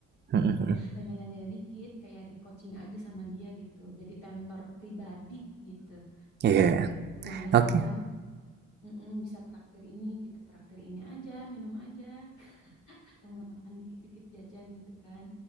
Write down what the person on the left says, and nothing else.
Nanya-nanya dikit, kayak di-coaching aja sama dia gitu. Jadi tentor pribadi gitu.
Lumayan
kan, mm-mm, bisa traktir ini, kita traktir ini aja, minum aja. Atau nggak makan dikit-dikit jajan gitu kan.